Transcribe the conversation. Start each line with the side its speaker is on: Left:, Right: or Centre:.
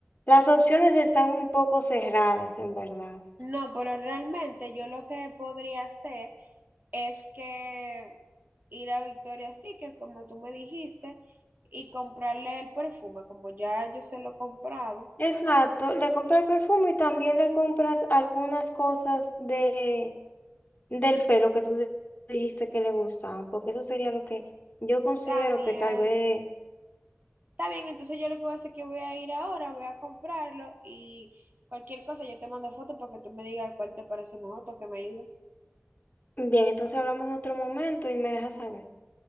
Left: Las opciones están un poco cerradas, en verdad.
Right: No, pero realmente yo lo que podría hacer es que ir a Victoria Secret, como tú me dijiste, y comprarle el perfume, como ya yo se lo he comprado.
Left: Exacto, le compras el perfume y también le compras algunas cosas de, del pelo que tú di- dijiste que le gustaban, porque eso sería lo que yo considero
Right: Está bien,
Left: que tal vez
Right: está bien, entonces yo lo que voy a hacer es que voy a ir ahora, voy a comprarlo y cualquier cosa yo te mando fotos para que tú me digas cuál te parece mejor, porque me ayuda.
Left: Bien, entonces hablamos en otro momento y me dejas saber.